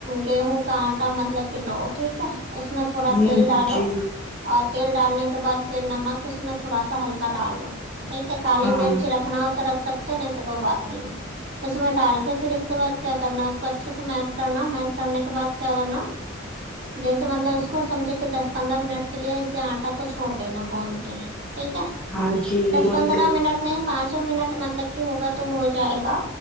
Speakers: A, on the right (about 60°); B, in the centre.
A: گیہوں کا آٹا مطلب کہ لؤ ٹھیک ہے اس میں تھوڑا
B: ہوں
A: تیل ڈالو
B: جی
A: اور تیل ڈالنے کے بعد پھر نمک اس میں تھوڑا سا ہلکا ڈالنا ٹھیک ہے کالی
B: ہاں
A: مرچ رکھنا ہو تو رکھ سکتے نہیں تو کوئی بات نہیں ہے اس میں ڈال کے پھر اس کے بعد کیا کرنا اس کو اچھے سے میس کرنا میس کرنے کے بعد کیا کرنا جیسے مطلب اس کو سمجھو کہ دس پندرہ منٹ کے لیے اسے آٹا کو چھوڑ دینا گوند کےلے ٹھیک ہے
B: ہاں جی
A: دس
B: گوند
A: پندرہ
B: کے
A: منٹ نہیں پانچوں منٹ مطلب کہ ہوگا تو ہو جائے گا